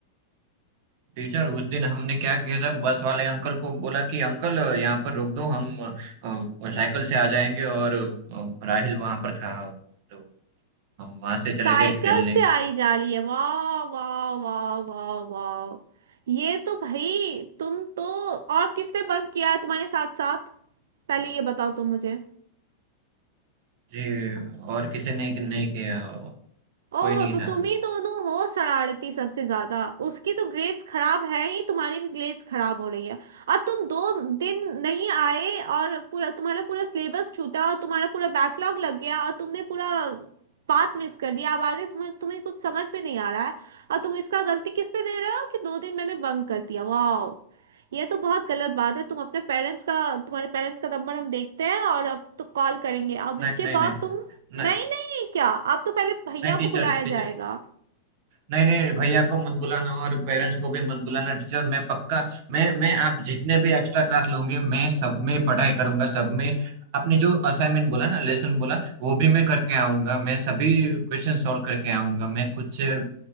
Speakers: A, on the right; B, on the right.
A: टीचर उस दिन हमने क्या किया था बस वाले अंकल को बोला कि अंकल यहाँ पर रोक दो हम अ, साइकिल से आ जाएंगे और अ, राहिल वहां पर था तो हम वहां से चले
B: साइकिल
A: गए खेलने
B: से आई जा रही है वाह वाह वाह वाह वाह ये तो भाई तुम तो और किसने बंक किया है तुम्हारे साथ साथ पहले ये बताओ तुम मुझे
A: जी और किसी ने नहीं किया
B: ओह
A: कोई नहीं
B: तो
A: था
B: तुम ही दोनों हो शरारती सबसे ज्यादा उसकी तो ग्रेड्स खराब है ही तुम्हारी भी ग्रेड्स खराब हो रही है और तुम दो दिन नहीं आए और पूरा तुम्हारा पूरा सिलेबस छूटा और तुम्हारा पूरा बैकलॉग लग गया और तुमने पूरा बात मिस कर दिया अब आगे तुम्हें तुम्हें कुछ समझ में नहीं आ रहा है और तुम इसका गलती किस पे दे रहे हो कि दो दिन मैंने बंक कर दिया वाह ये तो बहुत गलत बात है तुम अपने पेरेंट्स का तुम्हारे पेरेंट्स का नंबर हम देखते हैं और अब तो कॉल करेंगे अब इसके
A: नहीं नहीं
B: बाद
A: नहीं
B: तुम
A: नहीं
B: नहीं नहीं क्या अब तो पहले भैया
A: नहीं टीचर
B: को बुलाया
A: टीचर
B: जाएगा
A: नहीं नहीं भैया को मत बुलाना और पेरेंट्स को भी मत बुलाना टीचर मैं पक्का मैं मैं आप जितने भी एक्स्ट्रा क्लास लोगे मैं सब में पढ़ाई करूंगा सब में आपने जो असाइनमेंट बोला ना लेसन बोला वो भी मैं करके आऊंगा मैं सभी क्वेश्चन सॉल्व करके आऊंगा मैं खुद से अ,